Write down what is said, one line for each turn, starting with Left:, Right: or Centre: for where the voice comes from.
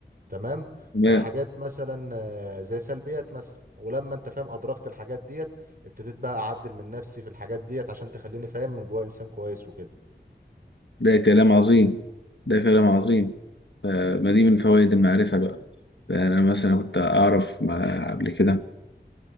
Right: تمام
Left: ده
Right: فالحاجات مثلا آه، زي سلبيات مثلا ولما انت فاهم ادركت الحاجات ديت ابتديت بقى اعدل من نفسي في الحاجات ديت عشان تخليني فاهم من جوايا انسان كويس وكده
Left: ده كلام عظيم ده كلام عظيم فما دي من فوائد المعرفة بقى فأنا مثلا كنت أعرف مع قبل كده